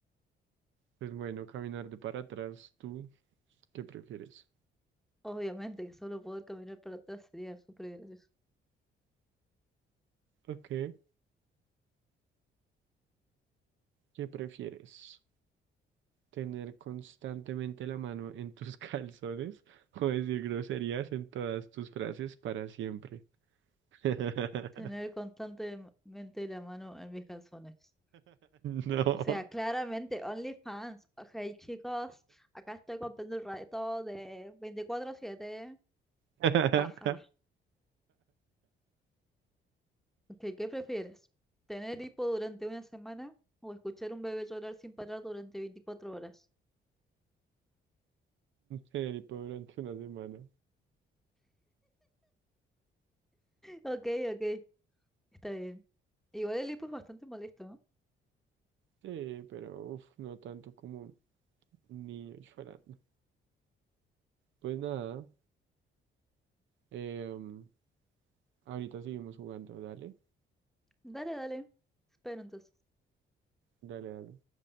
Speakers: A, on the right (about 70°); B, in the centre.
A: Pues bueno, caminar de para atrás, ¿tú qué prefieres?
B: Obviamente que solo poder caminar para atrás sería súper gracioso.
A: Ok, ¿qué prefieres? ¿Tener constantemente la mano en tus <laughs> calzones o decir groserías en todas tus frases para siempre? <laughs>
B: Tener constantemente la mano en mis calzones.
A: No.
B: O sea, claramente, OnlyFans. Ok, chicos, acá estoy comprando el rato de veinticuatro siete,
A: <laughs>
B: Paja. Ok, ¿qué prefieres? ¿Tener hipo durante una semana o escuchar un bebé llorar sin parar durante 24 horas?
A: Ser y durante una semana.
B: Ok, ok, está bien. Igual el hipo es bastante molesto, ¿no?
A: Sí, pero uf, no tanto como un niño llorando. Pues nada, em, ahorita seguimos jugando, dale,
B: Dale, dale. Espero entonces.
A: dale, dale.